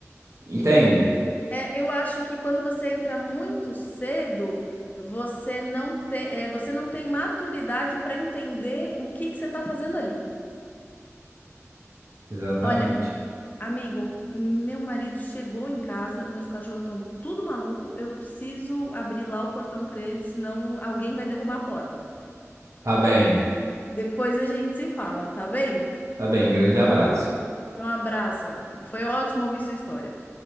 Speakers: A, on the right (about 70°); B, on the left (about 35°).
A: Entende?
B: É, eu acho que quando você entra muito cedo, você não tem, é, você não tem maturidade para entender o que que você está fazendo ali.
A: Exatamente.
B: Olha, Amigo, meu marido chegou em casa, meus cachorros estão tudo maluco, eu preciso abrir lá o portão para ele, senão alguém vai derrubar a porta.
A: Tá bem,
B: Depois a gente se fala, tá bem?
A: tá bem. Grande abraço.
B: Um abraço, amigo. Foi ótimo ouvir sua história.